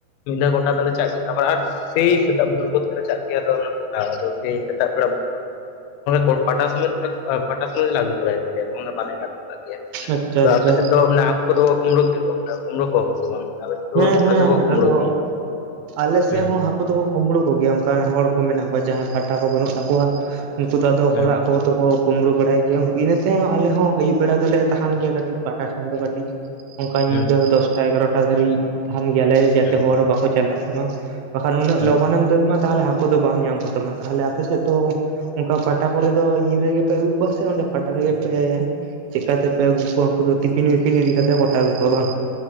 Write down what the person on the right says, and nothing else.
ᱟᱪᱪᱷᱟ
ᱟᱪᱪᱷᱟ
ᱦᱮᱸ
ᱦᱮᱸ
ᱟᱫᱚ
ᱟᱞᱮ ᱥᱮᱫ
ᱦᱚᱸ ᱦᱟᱹᱠᱩ ᱫᱚ ᱠᱚ ᱠᱩᱢᱵᱽᱲᱩ ᱠᱚ ᱜᱮᱭᱟ ᱚᱱᱠᱟ ᱦᱚᱲ ᱠᱚ ᱢᱮᱱᱟᱜ ᱠᱚᱣᱟ ᱡᱟᱦᱟᱸᱭ ᱯᱟᱴᱟ ᱠᱚ ᱵᱟᱹᱱᱩᱜ ᱛᱟᱠᱚᱣᱟ ᱩᱱᱠᱩ ᱫᱚ ᱟᱫᱚ
ᱦᱚᱲᱟᱜ <unintelligible> ᱫᱚᱠᱚ ᱠᱩᱢᱲᱩ ᱵᱟᱲᱟᱭ ᱜᱮᱭᱟ <unintelligible> ᱤᱱᱟᱹᱛᱮ ᱦᱟ ᱟᱞᱮ ᱦᱚᱸ ᱟᱹᱭᱩᱵ ᱵᱮᱲᱟ ᱫᱚᱞᱮ ᱛᱟᱦᱟᱱ ᱜᱮᱭᱟ ᱠᱟᱹᱴᱤᱡ <unintelligible> ᱮᱴᱟ ᱴᱷᱮᱱ ᱫᱚ ᱠᱟᱹᱴᱤᱡ ᱚᱱᱠᱟ ᱧᱤᱫᱟᱹ
ᱫᱚᱥᱴᱟ ᱮᱜᱟᱨᱚᱴᱟ ᱫᱷᱟᱹᱨᱤᱡ ᱛᱟᱦᱮᱱ ᱜᱮᱭᱟᱞᱮ ᱡᱟᱛᱮ
ᱦᱚᱲ ᱵᱟᱠᱚ ᱪᱟᱞᱟᱜ ᱢᱟ, ᱵᱟᱠᱷᱟᱱ ᱩᱱᱟᱹᱜ
ᱞᱚᱜᱚᱱᱮᱢ ᱫᱟᱹᱲ <unintelligible> ᱛᱟᱦᱚᱞᱮ ᱦᱟᱹᱠᱩ ᱫᱚ ᱵᱟᱢ ᱧᱟᱢ ᱠᱚᱛᱟᱢᱟ ᱛᱟᱦᱞᱮ ᱟᱯᱮ ᱥᱮᱫ ᱫᱚ ᱚᱱᱠᱟ ᱯᱟᱴᱟ ᱠᱚᱨᱮ ᱫᱚ ᱧᱤᱫᱟᱹ ᱜᱮᱯᱮ ᱟᱹᱜᱩ ᱠᱚᱣᱟ ᱥᱮ ᱚᱸᱰᱮ ᱯᱟᱴᱟ ᱨᱮᱜᱮ ᱯᱮ ᱪᱮᱫᱠᱟ ᱛᱮᱯᱮ ᱟᱹᱜᱩ ᱠᱚᱣᱟ ᱩᱱᱠᱩ ᱫᱚ ᱴᱤᱯᱤᱱ ᱢᱤᱯᱤᱱ ᱤᱫᱤ ᱠᱟᱛᱮ ᱠᱚ ᱜᱚᱴᱟ ᱟᱹᱜᱩᱣᱟ ᱵᱟᱝ?